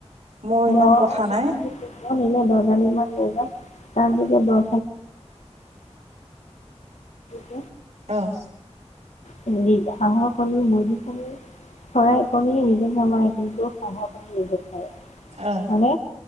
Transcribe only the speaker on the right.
মোৰ
ইমান কথা নাই
অহ।
অ